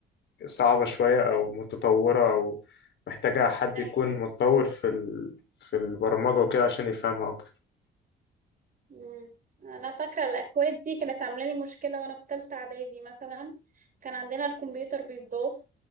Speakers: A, on the left; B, on the right.
A: صعبة شوية او متطورة او محتاجة حد
B: ايوه
A: يكون متطور في ال... في البرمجة وكده عشان يفهمها اكتر
B: مم. انا فاكرة الاكواد دي كانت عاملة لي مشكلة وانا في تالتة اعدادي مثلا كان عندنا الكمبيوتر بيتضاف